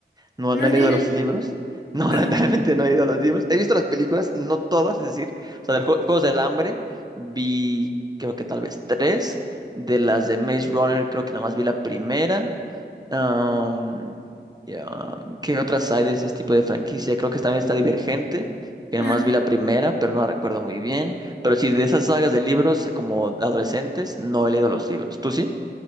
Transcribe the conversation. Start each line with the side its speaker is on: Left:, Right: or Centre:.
Right: no,
Left: ¿no
Right: no
Left: has
Right: he leído
Left: leído
Right: los
Left: los
Right: libros.
Left: libros?
Right: No,
Left: Ah,
Right: <laughs> lamentablemente no he leído los libros. He visto las películas, no todas, es decir, o sea, de los Jue- Juegos del Hambre vi, creo que tal vez tres, de las de Maze Runner creo que nada más vi la primera, Am, y, am, ¿qué otras hay de ese tipo de franquicia? Creo que también está Divergente, que
Left: ah,
Right: nomás vi la primera, pero no la recuerdo muy bien. Pero sí, de esas sagas de libros eh, como adolescentes, no he leído los libros. ¿Tú sí?